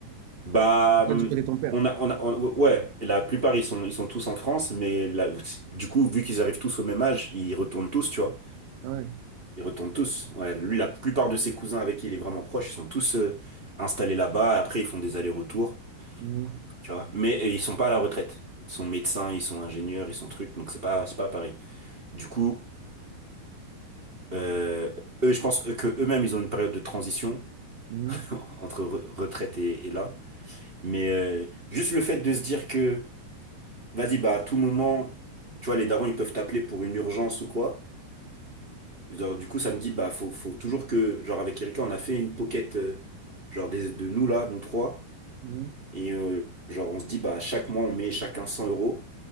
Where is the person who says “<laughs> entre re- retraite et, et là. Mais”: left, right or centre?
Right